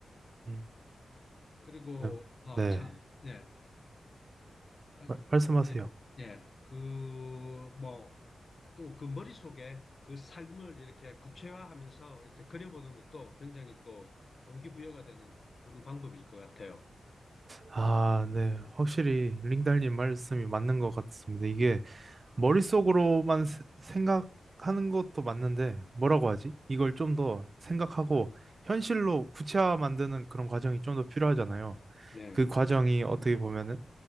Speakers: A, on the right; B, on the left.
A: 음,
B: 그리고
A: 네.
B: 아,
A: 네.
B: 참, 예, 말-
A: 말- 말씀하세요.
B: 예, 예, 그 뭐 또 그 머릿속에 그 삶을 이렇게 구체화하면서 이렇게 그려보는 것도 굉장히 또 동기부여가 되는 그런 방법일 것 같아요.
A: 아, 네. 확실히 링달님 말씀이 맞는 것 같습니다. 이게 머릿속으로만 세- 생각하는 것도 맞는데 뭐라고 하지? 이걸 좀 더 생각하고 현실로 구체화 만드는 그런 과정이 좀 더 필요하잖아요.
B: 예,
A: 그 과정이 어떻게 보면은